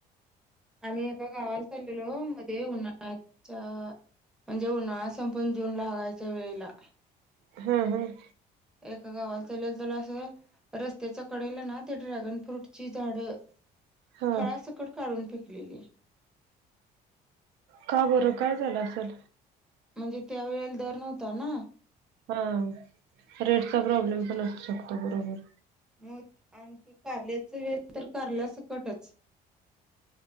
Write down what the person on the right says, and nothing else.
हम हम.
हा
का बरं काय झालं असल.
हा रेटचा प्रॉब्लेम पण असू शकतो बरोबर.